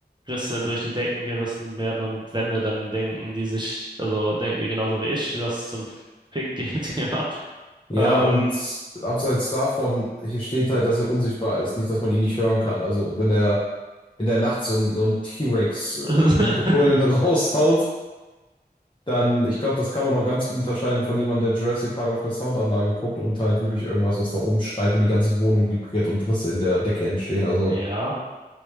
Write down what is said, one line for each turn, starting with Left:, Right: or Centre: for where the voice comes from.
Right: Risse durch die Decken gerissen werden und Wände, dann denken die sich, also denken die genauso wie ich, was zum Fick geht <laughs> hier ab.
Left: Ja,
Right: Ähm,
Left: und abseits davon, hier steht halt, dass er unsichtbar ist, nicht, dass man ihn nicht hören kann. Also wenn der in der Nacht so ein, so ein T-Rex äh,
Right: <laughs>
Left: Brüllen <laughs> raushaut, Dann, ich glaube, das kann man auch ganz gut unterscheiden von jemandem, der Jurassic Park auf einer Soundanlage guckt und halt wirklich irgendwas, was da oben schreit, wenn die ganze Wohnung vibriert und Risse in der Decke entstehen. Also,
Right: ja.